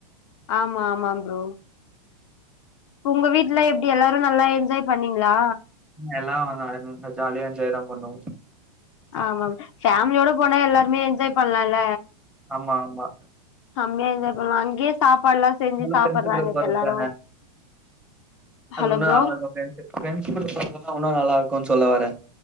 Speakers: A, on the left (about 50°); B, in the centre.
A: ஆமா ஆமா ப்ரோ உங்க வீட்ல எப்டி எல்லாரு நல்லா எஜ்ஜாய் பண்ணிங்ளா
B: எல்லா <unintelligible> ஜாலியா எஜ்ஜாய் தா பண்ணோ
A: ஆமா ஃபேம்லியோட போனா எல்லாருமே என்ஜாய் பண்லால
B: ஆமா ஆமா
A: ஹம்மியா எஞ்ஜாய் பண்லா அங்கே சாப்பாடுல்லா செஞ்சி சாப்றாங்க
B: ஃப்ரெண்ட்ஸுகளோட
A: இப்ப
B: போறது
A: எல்லாரு
B: தான
A: ஹலோ
B: அது உன்னு
A: ப்ரோ
B: நல்லா இருக்கு ஃப்ரெண்ட்ஸு ஃப்ரெண்ட்ஸ் கூட போரதுலா உன்னு நல்லாருக்குன் சொல்ல வரெ